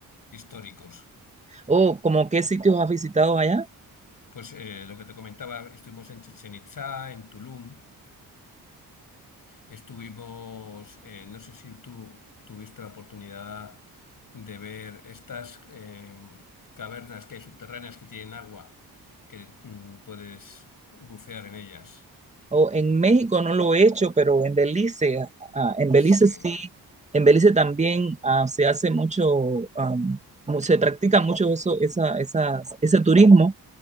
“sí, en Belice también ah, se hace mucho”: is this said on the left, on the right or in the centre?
Right